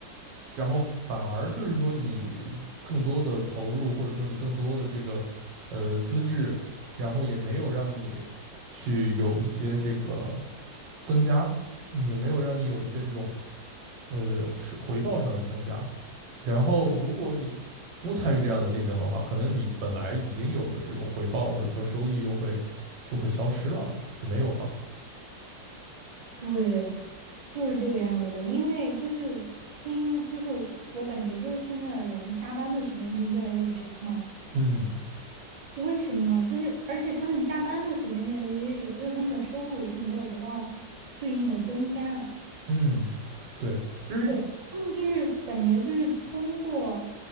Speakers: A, on the right (about 75°); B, on the right (about 50°).
A: 然后反而就是说，你更多的投入或者说你更多的这个呃资质，然后也没有让你去有一些这个增加，嗯也没有让你有一些这种呃是回报上的增加。然后，如果你不参与这样的竞争的话，可能你本来已经有的这种回报或者说收益又会就会消失了，就没有了。
B: 对，就是这个样子的。因为就是听，就是我感觉就是现在的人加班的时间就越来越久嘛。
A: 嗯
B: 为什么？就是而且他们加班的时间越来越久，就是他们的收入就没有得到对应的增加。
A: 嗯，对，就是
B: 对，他们就是感觉就是通过，